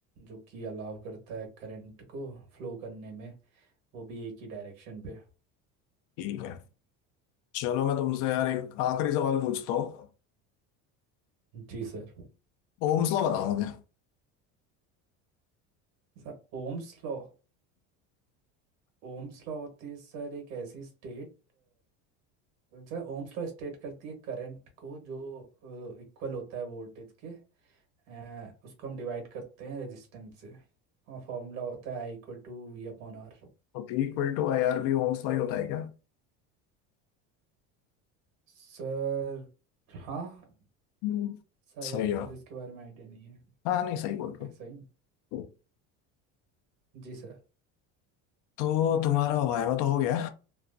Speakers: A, on the right; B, on the left.
A: जो कि अलाव करता है करंट को फ्लो करने में वो भी एक ही डायरेक्शन पे
B: ठीक है चलो मैं तुमसे यार एक आखिरी सवाल पूछता हूँ
A: जी sir
B: ओम्स लॉ बताओ मुझे
A: Sir Ohm's law Ohm's law होती है सर एक ऐसी state Sir Ohm's law state करती है करंट को जो इक्वल होता है वोल्टेज के अ, उसको हम डिवाइड करते हैं रेजिस्टेंस से और फॉर्मूला होता है I equal to V upon R
B: तो P equal to I R B Ohm's law ही होता है क्या
A: Sir हाँ
B: हम्म।
A: शायद
B: सही है
A: मुझे इसके बारे में आइडिया नहीं है
B: हाँ नहीं सही बोल
A: ओके
B: रहे
A: सही
B: हो
A: जी सर
B: तो तुम्हारा वाइवा तो हो गया